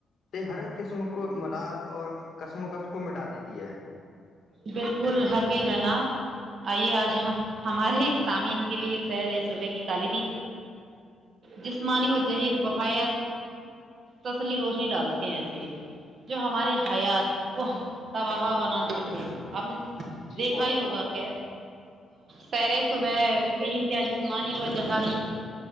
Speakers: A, on the left; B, on the right.
A: ہر قسم کو ملال اور کشمکش کو مٹا دیتی ہے
B: بالکل حک جناب آئیے آج ہمارے سامعین کے لیے سیر صبح کی کالی بھی جسمانی و جہید وفیات تسلی روشنی ڈالتے ہیں ایسے جو ہمارے حیات کو تباہا بنا دیتے ہیں آپ نے
A: جی
B: دیکھا
A: محترم
B: ہی ہوگا خیر سیرے صبح بے انمتیا جسمانی وہ جہاں